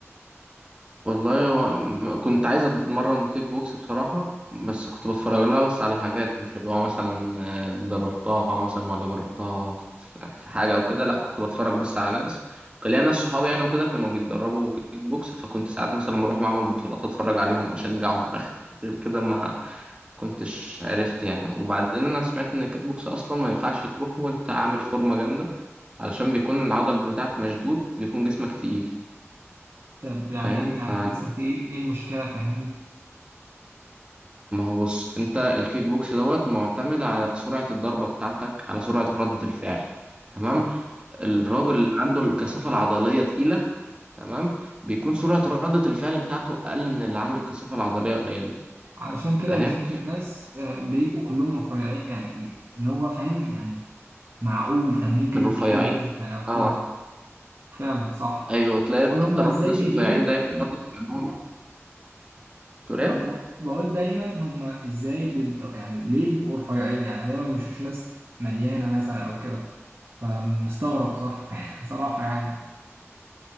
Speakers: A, on the right; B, on the right.
A: والله و... م- كنت عايز اتمرن كيك بوكس بصراحة بس كنت بتفرج لها بس على حاجات مش اللي هو مثلا آه، دربتها مثلا ولا جربتها في في حاجة او كده لا كنت بتفرج بس على ناس كان ليا ناس صحابي يعني وكده كانوا بيتدربوا كيك بوكس فكنت ساعات مثلا بروح معمل بطولات اتفرج عليهم اشجعهم اخ غير كده ما كنتش عرفت يعني وبعدين انا سمعت ان الكيك بوكس اصلا ما ينفعش تروح وانت عامل فورمة جامدة علشان بيكون العضل بتاعك مشدود بيكون جسمك تقيل
B: طب يعني
A: فاهم
B: إيه
A: ف
B: يعني جسمك تقيل إيه المشكلة فاهمني؟
A: ما هو بص انت الكيك بوكس دوت معتمد على سرعة الضربة بتاعتك على سرعة ردة الفعل تمام
B: صح
A: الراجل اللي عنده الكثافة العضلية تقيلة تمام بيكون سرعة ردة الفعل بتاعته أقل من اللي عنده الكثافة العضلية قليلة
B: علشان كده
A: فاهم
B: بشوف الناس آه، بيبقوا كلهم رفيعين يعني اللي هو فاهم يعني معقول 80 كيلو
A: الرفيعين
B: بالكتير مثلا او
A: اه
B: كده فعلا صح
A: ايوه تلاقي
B: بقول
A: اكتر
B: هما ازاي
A: الناس
B: بيجيبوا
A: رفيعين دايما ردة فعلهم تقول إيه؟
B: فانا بقول دايما هما ازاي بيقدر يعني ليه بيبقوا رفيعين يعني انا دايما ما بشوفش ناس مليانه مثلا او كده فمستغرب صح <laughs> صراحه يعني